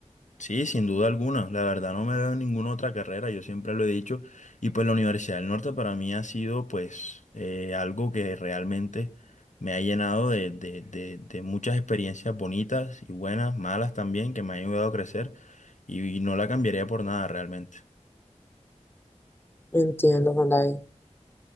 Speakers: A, on the left; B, on the left.
A: Sí, sin duda alguna. La verdad no me veo en ninguna otra carrera, yo siempre lo he dicho. Y pues la Universidad del Norte para mí ha sido pues eh, algo que realmente me ha llenado de, de- de- de muchas experiencias bonitas y buenas, malas también, que me han ayudado a crecer y, y no la cambiaría por nada realmente.
B: Entiendo, Juan David.